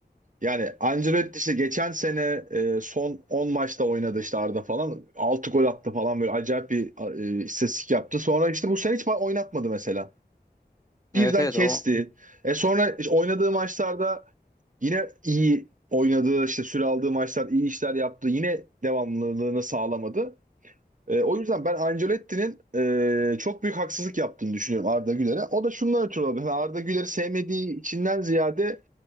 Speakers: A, on the right; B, on the left.
A: Yani Ancelotti işte geçen sene e, son 10 maçta oynadı işte Arda falan. altı gol attı falan böyle acayip bir e, istatistik yaptı. Sonra işte bu sene hiç ba- oynatmadı mesela. Birden
B: Evet evet
A: kesti.
B: o
A: E sonra işte oynadığı maçlarda yine iyi oynadığı işte süre aldığı maçlar iyi işler yaptı. Yine devamlılığını sağlamadı. E, o yüzden ben Ancelotti'nin e, çok büyük haksızlık yaptığını düşünüyorum Arda Güler'e. O da şundan ötürü olabilir. Yani Arda Güler'i sevmediği içinden ziyade